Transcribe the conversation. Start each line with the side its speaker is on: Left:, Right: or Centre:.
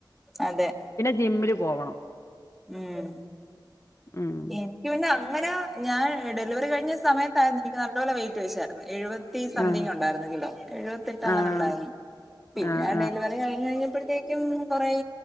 Centre: അതെ
Left: ജിമ്മില് പോവണം
Centre: ഉം
Left: ഉം
Centre: എനിക്ക് പിന്നെ അങ്ങനെ ഞാൻ ഡെലിവറി കഴിഞ്ഞ സമയത്തായിരുന്നു എനിക്ക് നല്ല പോലെ വെയി സ <inaudible> എഴുപത്തി സംതിങ്
Left: ആഹ്
Centre: ഉണ്ടായിരുന്നു കിലോ എഴുപത്തിട്ട് അങ്ങനെ
Left: ആഹ്
Centre: ഉണ്ടായിരുന്നു പിന്നെ
Left: ആഹ്
Centre: ഡെലിവറി കഴിഞ്ഞഞ് കഴിഞ്ഞ അപ്പോഴത്തേക്കും കുറ